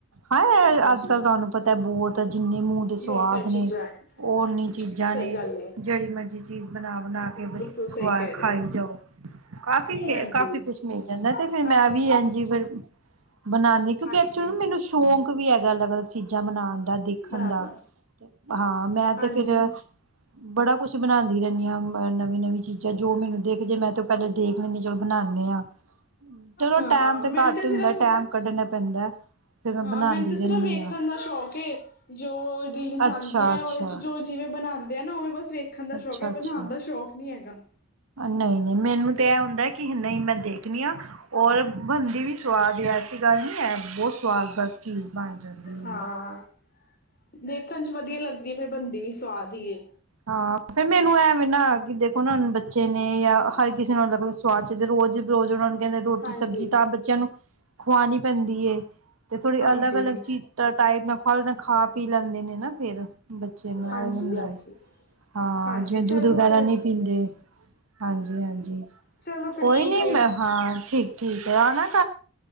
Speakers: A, on the right; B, on the left.
A: ਹੈ
B: ਹਾਂਜੀ
A: ਅੱਜ ਕੱਲ ਤੁਹਾਨੂੰ ਪਤਾ ਤਾਂ ਬਹੁਤ ਜਿੰਨੇ ਮੂੰਹ ਦੇ
B: ਬਹੁਤ
A: ਸਵਾਦ
B: ਸਾਰੀ ਚੀਜ਼ਾਂ
A: ਨੇ
B: ਹੈ
A: ਉਹ ਉਨੀ ਚੀਜ਼ਾਂ
B: ਸਹੀ
A: ਨੇ
B: ਗੱਲ ਹੈ
A: ਜਿਹੜੀ ਮਰਜ਼ੀ ਚੀਜ਼ ਬਨਾ ਬਨਾ ਕੇ ਬ
B: ਬਿਲਕੁਲ ਸਹੀ
A: ਖਵਾ
B: ਕਹਿ
A: ਖਾਈ
B: ਰਹੇ ਹੋ
A: ਜਾਓ ਕਾਫੀ ਮ
B: ਹਾਂਜੀ
A: ਕਾਫੀ ਕੁਛ ਮਿਲ ਜਾਂਦਾ ਤੇ ਫਿਰ
B: ਕਾਫੀ
A: ਮੈਂ ਵੀ
B: ਸਾਰੇ
A: ਇਝ ਈ ਫੇਰ ਬਣਾਉਣੀ ਕਿਉਕਿ
B: ਹਾਂਜੀ
A: ਐਕਚੁਲੀ ਨ ਮੈਨੂੰ ਸ਼ੌਂਕ ਵੀ ਹੈਗਾ ਅਲੱਗ ਅਲੱਗ ਚੀਜ਼ਾਂ ਬਣਾਉਣ ਦਾ ਦੇਖਣ
B: ਬਣਾਉਂਦਾ
A: ਦਾ। ਹਾਂ ਮੈਂ
B: ਹਾਂਜੀ
A: ਤੇ ਫੇਰ ਬੜਾ ਕੁੱਛ ਬਣਾਂਦੀ ਰੈਂਣੀ ਆਂ ਨਵੀਂ ਨਵੀਂ ਚੀਜ਼ਾਂ ਜੋ ਮੈਨੂੰ ਦੇਖ ਜੇ ਮੈਂ ਤ ਪੈਲੇ ਦੇਖ ਲੈਂਨੀ ਚਲੋ ਬਣਾਣੇ ਆਂ ਚਲੋ
B: ਹਾਂ
A: ਟੈਮ ਤੇ
B: ਮੈਨੂੰ
A: ਘੱਟ ਹੁੰਦਾ
B: ਸਿਰਫ
A: ਟੈਮ ਕੱਢਣਾ ਪੈਂਦਾ ਫਿਰ ਮੈਂ
B: ਹਾਂ
A: ਬਣਾਉਂਦੀ
B: ਮੈਨੂੰ ਤ
A: ਰਹਿੰਦੀ
B: ਸਿਰਫ਼ ਵੇਖਣ
A: ਹਾਂ
B: ਦਾ ਸ਼ੌਕ ਏ ਜੋ ਰੀਲਸ
A: ਅੱਛਾ
B: ਆਦੀਆਂ ਹੈ
A: ਅੱਛਾ
B: ਔਰ ਇਦੇ ਚ ਜੋ ਕਿਵੇਂ ਬਣਾਂਦੇ ਆ ਨਾ ਉਵੇਂ ਬਸ ਵੇਖਣ ਦਾ
A: ਅੱਛਾ
B: ਸ਼ੌਕ ਹੈ
A: ਅੱਛਾ
B: ਬਣਾਣ ਦਾ ਸ਼ੌਕ ਨੀ ਹੈਗਾ।
A: ਨਹੀਂ ਨਹੀਂ ਮੈਨੂੰ ਤੇ ਐ ਹੁੰਦਾ ਕਿ ਨਹੀਂ ਮੈਂ ਦੇਖਣੀ ਆ ਔਰ ਬਣਦੀ ਵੀ ਸਵਾਦ ਐਸੀ ਗੱਲ ਨ੍ਹੀਂ ਏ ਬਹੁਤ ਸਵਾਦ ਬ ਚੀਜ਼ ਬਣ ਜਾਂਦੀ
B: ਹਾਂ
A: ਏ।
B: ਦੇਖਣ ਚ ਵਧੀਆ ਲੱਗਦੀ ਹੈ ਫੇਰ ਬਣਦੀ ਵੀ ਸੁਵਾਦ ਈ ਐ।
A: ਹਾਂ ਫੇਰ ਮੈਨੂੰ ਐਵੇ ਨਾ ਕਿ ਦੇਖੋ ਨਾ ਬੱਚੇ ਨੇ ਜਾਂ ਹਰ ਕਿਸੇ ਜਿਵੇਂ ਲਗੂ ਸਵਾਦ ਚ ਰੋਜ਼ ਰੋਜ਼ ਉਹਨਾਂ ਨੂੰ ਕੈਂਦੇ ਰੋਟੀ
B: ਹਾਂਜੀ
A: ਸਬਜ਼ੀ ਤਾਂ ਬੱਚਿਆਂ ਨੂੰ ਖੁਆਣੀ ਪੈਂਦੀ ਏ ਤੇ ਥੋੜੀ
B: ਹਾਂਜੀ
A: ਅਲੱਗ ਅਲੱਗ ਚੀਜ਼ ਟ ਟਾਈਮ ਨਾ ਫਲ ਤਾਂ ਖਾ ਪੀ ਲੈਂਦੇ ਨੇ ਨਾ ਫੇਰ ਬੱਚੇ ਨੂੰ
B: ਹਾਂਜੀ
A: ਇਹ ਹੁੰਦਾ
B: ਹਾਂਜੀ
A: ਐ। ਹਾਂ
B: ਹਾਂਜੀ
A: ਜਿਵੇਂ
B: ਚਲੋ
A: ਦੁੱਧ ਵਗੈਰਾ
B: ਫਿਰ
A: ਨਹੀਂ ਪੀਂਦੇ ਹਾਂਜੀ ਹਾਂਜੀ
B: ਚਲੋ ਫਿਰ
A: ਕੋਈ
B: ਠੀਕ
A: ਨੀ
B: ਹੈ
A: ਮੈਂ ਹਾਂ ਠੀਕ ਠੀਕ ਆ ਨਾ